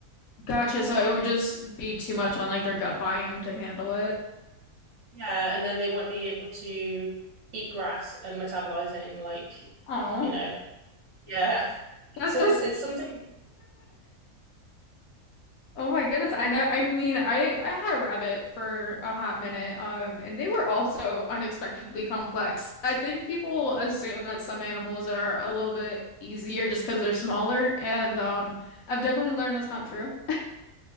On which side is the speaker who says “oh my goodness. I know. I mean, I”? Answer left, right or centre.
Left